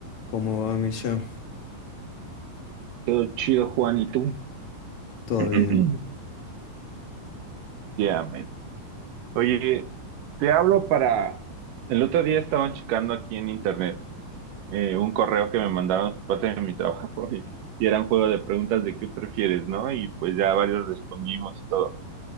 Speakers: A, on the left (about 60°); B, on the right (about 75°).
A: ¿Cómo va, Mircha?
B: Todo chido, Juan, ¿y tú?
A: Todo
B: <clears throat>
A: bien.
B: Ya, man. Oye, te hablo para... El otro día estaba checando aquí en internet eh, un correo que me mandaron por parte de mi trabajo <laughs> y, y era un juego de preguntas de qué prefieres, ¿no? Y pues ya varios respondimos y todo.